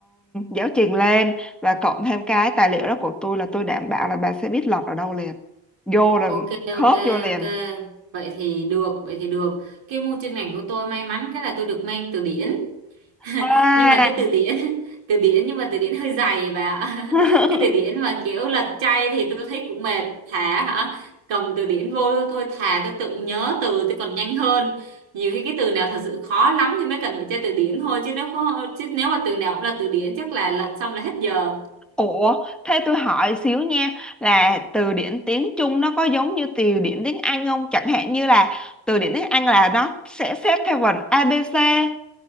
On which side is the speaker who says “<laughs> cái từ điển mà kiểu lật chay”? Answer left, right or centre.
Right